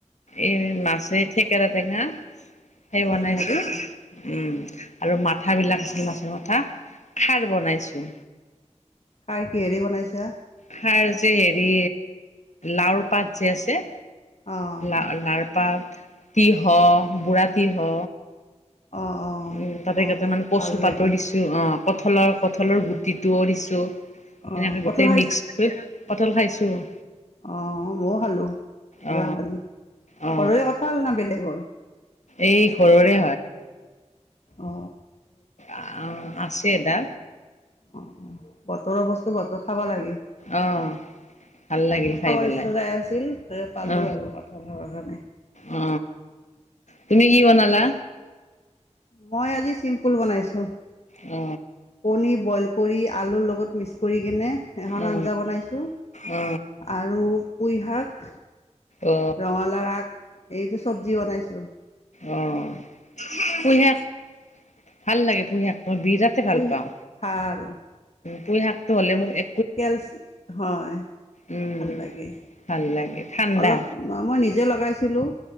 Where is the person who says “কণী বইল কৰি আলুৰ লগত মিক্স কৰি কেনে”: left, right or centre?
Left